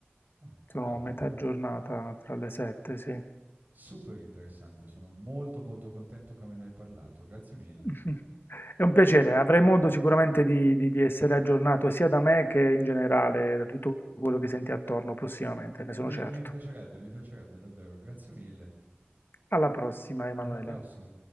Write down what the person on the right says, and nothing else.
Mh,
cavoli,
super interessante. Sono molto, molto contento che me ne hai parlato. Grazie mille.
Mi
mi piacerebbe, mi piacerebbe davvero. Grazie mille.
Alla prossima.